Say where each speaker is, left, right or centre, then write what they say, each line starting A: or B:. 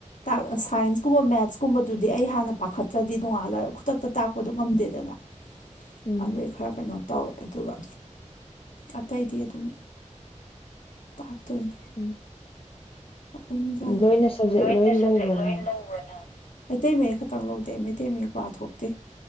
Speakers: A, on the left (about 80°); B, on the left (about 45°).
A: ꯇꯥꯛ ꯁꯥꯏꯟꯁꯀꯨꯝꯕ ꯃꯦꯠꯁ ꯀꯨꯝꯕꯗꯨꯗꯤ ꯑꯩ ꯍꯥꯟꯅ ꯄꯥꯈꯠꯇ꯭ꯔꯗꯤ ꯅꯣꯡꯉꯥꯜꯂ ꯈꯨꯗꯛꯇ ꯇꯥꯛꯄꯗꯨ ꯉꯝꯗꯦꯗꯅꯥ
B: ꯎꯝ
A: ꯑ <unintelligible> ꯈꯔ ꯀꯩꯅꯣ ꯇꯧꯋꯦ ꯑꯗꯨꯒ ꯑꯇꯩꯗꯤ ꯑꯗꯨꯝ ꯇꯥꯛꯇꯣꯏꯅꯤ
B: ꯎꯝ
A: ꯎ
B: ꯂꯣꯏꯅ ꯁꯕꯖꯦꯛ
A: ꯂꯣꯏꯅ
B: ꯂꯣꯏ
A: ꯁꯕꯖꯦꯛ
B: ꯂꯧꯕ꯭ꯔꯥ
A: ꯂꯣꯏ
B: ꯅꯪ
A: ꯂꯧꯕ꯭ꯔꯅꯪ ꯃꯩꯇꯩ ꯃꯌꯦꯛ ꯈꯛꯇꯪ ꯂꯧꯗꯦ ꯑꯩ ꯃꯩꯇꯩ ꯃꯌꯦꯛ ꯄꯥꯊꯣꯛꯇꯦ